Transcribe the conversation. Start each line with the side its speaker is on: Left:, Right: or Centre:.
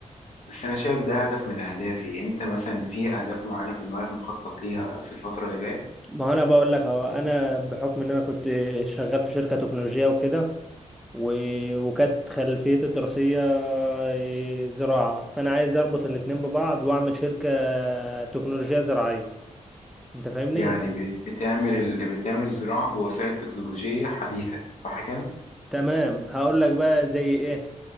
Left: بس انا شايف ده هدف من اهدافي انت مثلا في اهداف معينه في دماغك مخطط ليها في الفتره اللي جايه
Centre: ما هو انا بقول لك اهو انا بحكم ان انا كنت شغال في شركه تكنولوجيه وكده و- وكانت خلفيتي الدراسيه آه، زراعه فانا عايز اربط الاتنين ببعض واعمل شركه تكنولوجيه زراعيه انت فاهمني
Left: يعني بت- بتعمل ال... بتعمل الزراعه بوسائل تكنولوجيه حديثه صح كده
Centre: تمام هقول لك بقى زي ايه